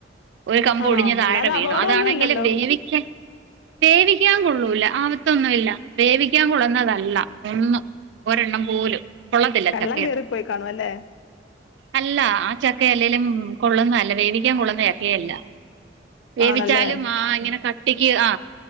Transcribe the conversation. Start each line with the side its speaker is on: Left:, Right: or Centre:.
Right: ഒരു കമ്പ്
Left: ആണോ
Right: ഒടിഞ്ഞ് താഴെ
Left: അല്ലാതെ
Right: വീണു
Left: അപകടമൊന്നും
Right: അതാണെങ്കിൽ
Left: ഇല്ലല്ലോ
Right: വേവിക്ക വേവിക്കാൻ കൊള്ളൂല്ല ആപാത്തൊന്നുമില്ല വേവിക്കാൻ കൊള്ള്നാ നാതല്ല ഒന്നും ഒരെണ്ണം പോലും കൊള്ളത്തില്ല
Left: വെള്ളം
Right: ചക്കയൊന്നും
Left: കേറിപ്പോയി കാണും അല്ലേ
Right: അല്ല ആ ചക്ക അല്ലേലും കൊള്ളുന്ന അല്ല വേവിക്കാൻ കൊള്ള ല്ല വേവിച്ചാലും
Left: ആണല്ലേ
Right: ആ ഇങ്ങനെ കട്ടിക്ക് ആ